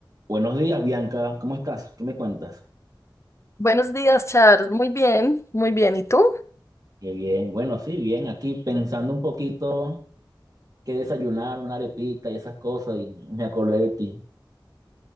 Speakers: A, on the right; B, on the left.
A: Buenos días, Bianca. ¿Cómo estás? ¿Qué me cuentas?
B: Buenos días, Charles. Muy bien, muy bien. ¿Y tú?
A: Qué bien. Bueno, sí, bien. Aquí pensando un poquito qué desayunar, una arepita y esas cosas, y me acordé de ti.